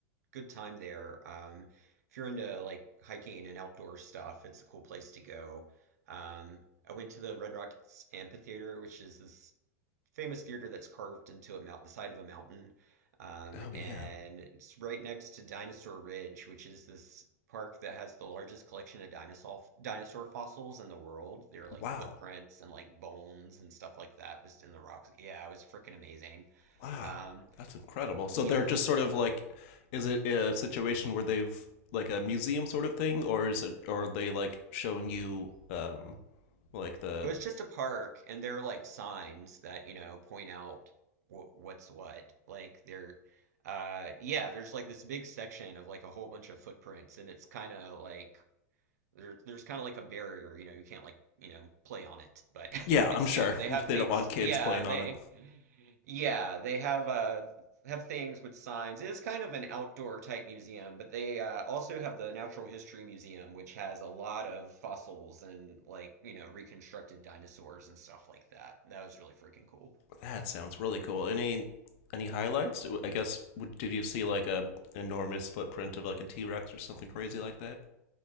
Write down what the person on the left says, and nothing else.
Oh
yeah.
Wow.
Wow,
that's incredible.
So they're just sort of like, is it a situation where they've like a museum sort of thing, or is it, or are they like showing you, um, like the,
yeah,
I'm sure
<laughs> they
don't want kids
playing
on it.
That sounds really cool. Any, any highlights? I guess would- did you see like a enormous footprint of like a T Rex or something crazy like that?